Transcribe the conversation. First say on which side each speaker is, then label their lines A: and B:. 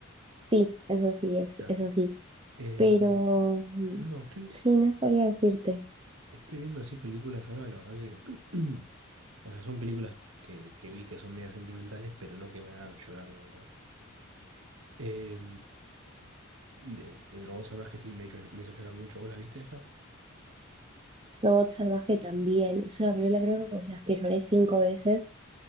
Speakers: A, on the right; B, on the right.
A: Sí, eso sí, es,
B: Claro.
A: es así.
B: Eh,
A: Pero mm,
B: no, estoy,
A: sí, no sabría decirte.
B: estoy viendo así películas ahora, la verdad que, <clears throat> o sea, son películas que, que vi que son medio sentimentales, pero no que me hagan llorar, la verdad. Eh, de- el robot salvaje sí me hizo, me hizo llorar mucho, ¿vos la viste esa?
A: Robot Salvaje también. Es una película creo que con las que lloré cinco veces